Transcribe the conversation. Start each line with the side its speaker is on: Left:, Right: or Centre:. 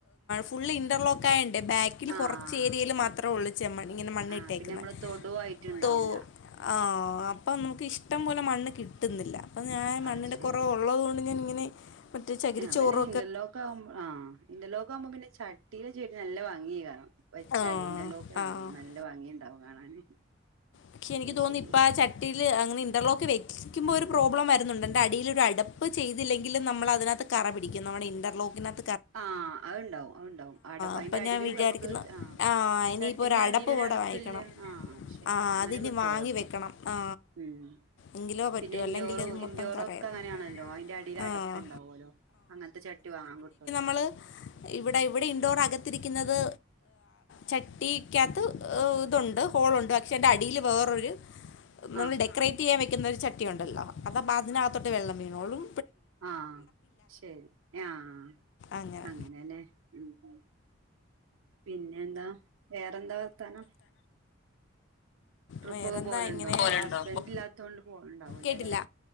Left: ഫുള്ള് ഇന്റർലോക്ക് ആയണ്ടേ ബാക്കിൽ
Right: ആഹ്
Left: കുറച്ച് ഏരിയയിൽ മാത്രമേ ഉള്ളൂ ചെമ്മൺ ഇങ്ങനെ മണ്ണ്
Right: ആഹ്
Left: ഇട്ടേക്കുന്ന
Right: പിന്നെ നമ്മള് തൊടുവായിട്ടുണ്ടാവൂല
Left: തോ ആഹ അപ്പൊ നമുക്ക് ഇഷ്ടം പോലെ മണ്ണ് കിട്ടും ന്നില്ലഞൻ
Right: ആഹ്
Left: മണ്ണൻ്
Right: ശരി
Left: കുറവുള്ളതുക കൊണ്ട് ഞാനിങ്ങനെ മറ്റേ ചകരി
Right: ആഹ്
Left: ചോറ്
Right: പിന്നെ ഇന്റർലോക്ക് ആകുമ്പോ ആ ഇന്റർലോക്ക് ആകുമ്പോ പിന്നെ ചട്ടിയിലെ ചെടി നല്ലാ ഭംഗി യ കാരം വെച്ചാല്
Left: ആ
Right: എന്റെ ലോക്ക് ആഹ്
Left: ആ
Right: നല്ല ഭാംഗിയുണ്ടാവും കാണാന്
Left: പക്ഷെ എനിക്ക്
Right: അത്
Left: തോന്നി
Right: ശരി
Left: ഇപ്പ ആ ചട്ടിയില് അങ്ങനെ ഇന്റർലോക്ക് വെക്ക ഒരു പ്രോബ്ലം വരുന്നുണ്ട്ൻ്റെ അടിയിരു അടുപ്പ് ചെയ്തില്ലെങ്കില നമ്മള അതിനകത്ത് കറ പിടിക്കും നമ്മുടെ ഇൻറർനകത്ത്
Right: ആഹ് അത് ഉണ്ടാവും അത്ണ്ടാവും അ അതിന്റെ
Left: അപ്പം
Right: അടിൽ
Left: ഞാൻ വിചാരിക്കുന്നു
Right: നമ്മുക്ക് ആഹ
Left: ആ ഇനിയിപ്പോൾ
Right: ചട്ടിന്റെ
Left: ഒരു അടപ്പ്
Right: അടിൽര
Left: കൂടെ
Right: അടുപ്പില്ല
Left: വാങ്ങിക്കണം
Right: ആഹ ശരി
Left: ആ
Right: അങ്ങനെ
Left: അതിനി
Right: കിട്ടുവലോ
Left: വാങ്ങി
Right: അപ്പൊ
Left: വെക്കണം ആ
Right: ഉം
Left: എങ്കിലോ പറ്റൂ
Right: പിന്നെ ഇൻഡോറോ
Left: അല്ലെങ്കിൽ ഇത്
Right: ഇൻഡോറോ
Left: മൊത്തം കറയാവും
Right: ഒക്കെ അങ്ങനെയാണല്ലോ അതിന്റെ അടിൽ അടപ്പ
Left: ആഹ്
Right: ഉണ്ടാവുമല്ലോ അങ്ങനത്തെ ചട്ട ചട്ടി വാങ്ങാൻ കിട്ടും
Left: നൾ ഇവിടെ ഇവിടെ ഇൻഡോർകത്തിരിക്കുന്നത് ചട്ടിക്കകത്ത് ഇതുണ്ട് ഹോളുണ്ട് പക്ഷെ എറെ അടിൽ വേറൊരു നമ്മൾ
Right: ആഹ്
Left: ഡെക്കറേറ്റ് ചെയ്യാൻ വെക്കുന്നൊ ഒരു ചട്ടിയ ഉണ്ടല്ലോ അതാ അതിനകത്തോട്ട് വെള്ളം വീ നോളും
Right: ആഹ ശരി ആഹ
Left: അങ്ങനെ
Right: അങ്ങനെല്ലേ ഉ പിന്നെ എന്താ വേറെന്താ വർത്താനം ട്രിപ്പൊക്കെ
Left: വേറെന്താ
Right: പോലുണ്ടോ
Left: ഇങ്ങനെ
Right: ഇപ്പൊ
Left: പോലുണ്ടോ
Right: ഹസ്ബൻഡ
Left: അപ്പൊ?
Right: ഇല്ലാത്തൊണ്ട് പോണ്ടാവല
Left: കേട്ടില്ല
Right: അല്ലെ